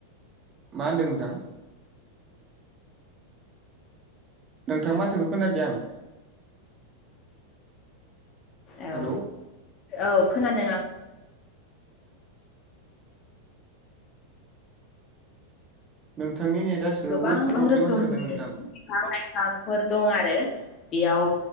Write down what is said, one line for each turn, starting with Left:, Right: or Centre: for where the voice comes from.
Right: मा होन्दों नोंथां? <inaudible> नोंथां माथोखौ खोनादिया आं
Left: औ
Right: हेलौ
Left: औ खोनादों आं
Right: नोंथांनि नेटआ जोबोद
Left: गोबां गोबां
Right: प्रब्लेम
Left: रोखोमनि
Right: होथारोदां नोंथां
Left: बिफां लाइफांफोर दं आरो बेयाव